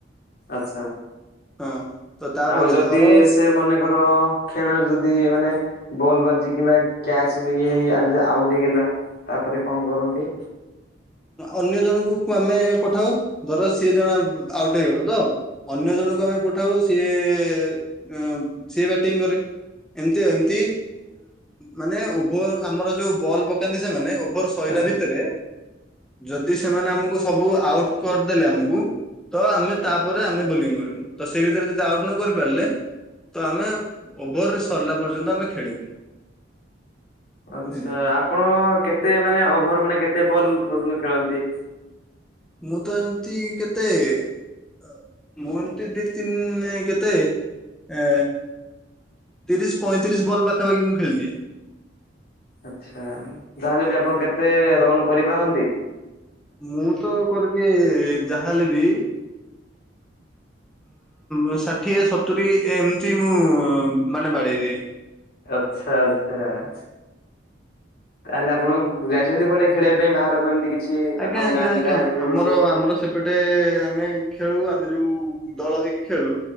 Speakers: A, on the left; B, in the centre.
A: ଆଛା
B: ହଁ ତ ତାପରେ
A: ଆଉ ଯଦି
B: ଧର
A: ସେ ମନେ ଧର ଖେଳରେ ଯଦି ମାନେ ବଲ୍ ବାଜି କିମ୍ବା କ୍ୟାଚ ହେଇକି ଆ ଆଉଟୁ ହେଇଗଲା ତାପରେ କଣ କରନ୍ତି?
B: ଅନ୍ୟ ଜଣଙ୍କୁ ଆମେ ପଠାଉ ଧର ସିଏ ଜଣ ଆଉଟ୍ ହେଇଗଲା ତ ଅନ୍ୟ ଜଣଙ୍କୁ ଆମେ ପଠାଉ ସିଏ ସିଏ ବ୍ୟାଟିଂ କରେ। ଏମିତି ଏମିତି ମାନେ ଓଭର ଆମର ଯୋଉ ବଲ୍ ପକାନ୍ତି ସେମାନେ ଓଭର ପଇଲା
A: ଆଚ୍ଛା।
B: ଭିତରେ ଯଦି ସେମାନେ ଆମକୁ ସବୁ ଆଉଟୁ କରିଦେଲେ ଆମକୁ ତ ଆମେ ତାପରେ ଆମେ ବୋଲିଂ କରିବୁ ତ ସେ ଭିତରେ ଯଦି ଆଉଟ୍ ନ କରି ପାରିଲେ ତ ଆମେ ଓଭର ସରିଲା ପର୍ଯ୍ୟନ୍ତ ଆମେ ଖେଳିବୁ।
A: ଆଚ୍ଛା
B: ବୁଝିଲେ
A: ଆପଣ କେତେ ମାନେ ଓଭର ମାନେ କେତେ ବଲ ପର୍ଯ୍ୟନ୍ତ ଖେଳନ୍ତି?
B: ମୁଁ ତ ଏମିତି କେତେ ଅ ମୁଁ ଏମିତି ଦି ତିନି କେତେ ଏ ତିରିଶ ପଇଁତିରିଶ ବଲ୍ ପାଖାପାଖି ମୁଁ ଖେଳିଦିଏ।
A: ଆଚ୍ଛା ଯାହା ହେଲେ ବି ଆପଣ କେତେ ରନ କରିପାରନ୍ତି?
B: ମୁଁ ତ କରିଦିଏ ଯାହା ହେଲେ ବି ଉଁ ଷାଠିଏ ସତୁରି ଏମିତି ମୁଁ ମାନେ ବାଡ଼େଇଦିଏ।
A: ଆଚ୍ଛା ଆଚ୍ଛା ଛ। ତାହେଲେ ଆପଣଙ୍କୁ ଯାଇଛନ୍ତି କୁଆଡେ ଖେଳିବା ପାଇଁ ବାହାରକୁ ଏମିତି କିଛି?
B: ଆଜ୍ଞା
A: ଆପଣଙ୍କ
B: ଆଜ୍ଞା
A: ଗାଁ ପିଲା
B: ଆଜ୍ଞା
A: ଏମିତି
B: ଆମର
A: ମିଶି?
B: ଆମର ସେ ପଟେ ଆମେ ଖେଳୁ ଆମେ ଯୋଉ ଦଳ ହେଇକି ଖେଳୁ